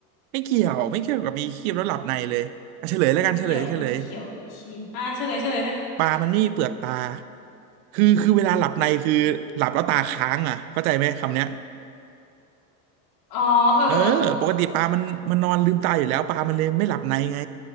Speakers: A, on the right; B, on the left.
A: ไม่เกี่ยวไม่เกี่ยวกับมีครีบแล้วหลับในเลยอ่ะเฉลยแล้วกันเฉลยเฉลย
B: ไม่เกี่ยวไม่เกี่ยวมีขี้อ่ะเฉลยเฉลยเลย
A: ปลามันไม่มีเปลือกตาคือคือ เวลาหลับในคือหลับแล้วตาค้างอ่ะเข้าใจไหมคำเนี้ย
B: อ๋อเออ
A: เออปกติปลามันมันนอนลืมตาอยู่แล้วปลามันเลยไม่หลับในไง
B: เออ